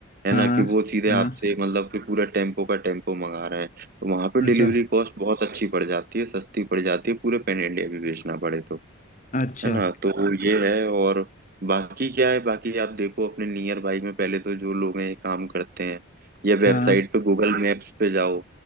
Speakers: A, on the right; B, on the left.
A: है
B: हाँ
A: ना
B: हाँ
A: कि वो सीधे
B: हाँ
A: आपसे मतलब कि पूरा टेम्पो का टेम्पो मंगा रहे हैं तो वहां पे
B: अच्छा
A: डिलीवरी कॉस्ट बहुत अच्छी पड़ जाती है सस्ती पड़ जाती है पूरे पैन इंडिया भी बेचना पड़े तो
B: अच्छा
A: है ना तो ये है और बाकी क्या है बाकी आप देखो अपने नियर बाई में पहले तो जो लोग हैं ये काम करते हैं या वेबसाइट
B: हाँ
A: पे गूगल मैप्स पे जाओ